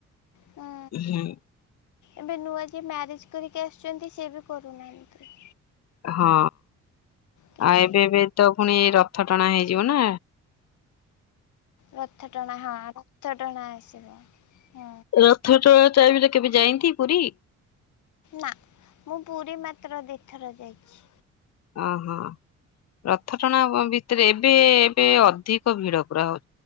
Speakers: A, on the left; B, on the left.
A: ହୁଁ
B: ହୁଁ
A: ଏବେ ନୁଆକି ମ୍ୟାରେଜ କରିକି ଆସୁଛନ୍ତି ସେ ବି କରୁନାହାନ୍ତି।
B: ହଁ
A: କିଛି
B: ଆଉ ଏବେ ଏବେ ତ ଫୁଣି ରଥ ଟଣା ହେଇଯିବ ନା।
A: ରଥ ଟଣା ହଁ ରଥ ଥଟଣା ଆସିବ ହୁଁ
B: ରଥ ଟଣା ଟାଇମିରେ କେବେ ଯାଆନ୍ତି ପୁରୀ?
A: ନା ମୁଁ ପୁରୀ ମାତ୍ର ଦିଥର ଯାଇଛି।
B: ଓହୋ ରଥ ଟଣା ଭିତରେ ଏବେ ଏବେ ଅଧିକ ଭିଡ ପୁରା ହଉ